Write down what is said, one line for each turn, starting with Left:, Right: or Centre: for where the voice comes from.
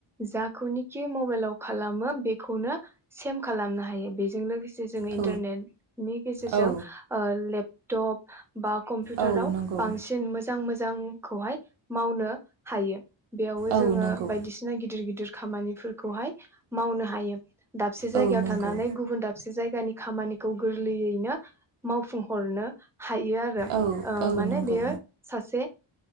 Centre: जाखौनोखि मबाइलाव खालामो बेखौनो सेम खालामनो हायो बेजों लोगोसे जो जोङो
Right: औ
Centre: इन्टारनेटनि गेजेरजों
Right: औ
Centre: ओ लोब ट'प बा कम्पिउटाराव
Right: औ नंगौ
Centre: बांसि सिन मोजां मोजांखौहाय मावनो हायो बेयावबो
Right: औ
Centre: जोङो
Right: नंगौ
Centre: बायदिसिना गिदिर गिदिर खामानिफोरखौहाय मावनो हायो दाबसे जायगायाव
Right: औ नंगौ
Centre: थानानै गुबुन दाबसे जायगानि खामानिखौ गोरलैयैनो मावफुं हरनो हायो आरो
Right: औ
Centre: ओ
Right: औ
Centre: माने
Right: नंगौ
Centre: बेयो सासे